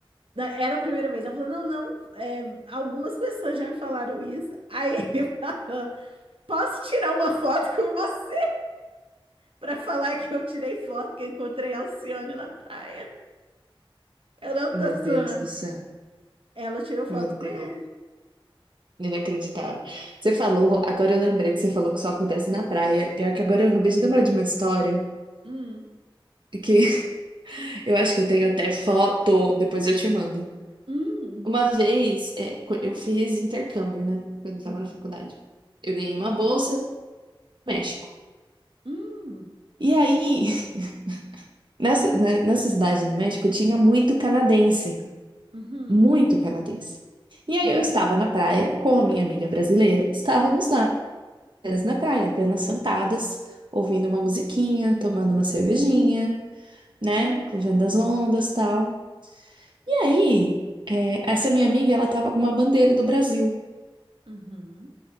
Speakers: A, on the right; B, on the right.
A: "Da- Era a primeira vez. Ela falou: Não, não, é, algumas pessoas já me falaram isso. Aí <laughs> ele falou: Posso tirar uma foto com você para falar que eu tirei foto que eu encontrei a Alcione na praia? Eu não
B: Meu
A: tô zoando.
B: Deus do céu.
A: Ela tirou foto
B: Meu
A: com
B: Deus.
A: ele.
B: Inacreditável. Você falou, agora eu lembrei que você falou que só acontece na praia. Pior que agora eu acabei de lembrar de uma história
A: Hum,
B: que <laughs> eu acho que eu tenho até foto, depois eu te mando.
A: hum,
B: Uma vez, é, co- eu fiz intercâmbio, né? Quando eu estava
A: hum,
B: na faculdade. Eu ganhei uma bolsa no México.
A: hum,
B: E aí, <laughs> nessa, né, nessa cidade do México, tinha muito canadense.
A: uhum,
B: Muito canadense. E aí,
A: uhum,
B: eu estava na praia com a minha amiga brasileira. Estávamos lá, apenas na praia, apenas sentadas, ouvindo uma musiquinha, tomando uma cervejinha, né?
A: hum,
B: Vendo as ondas e tal. E aí, é, essa minha amiga, ela estava com uma bandeira do Brasil.
A: uhum,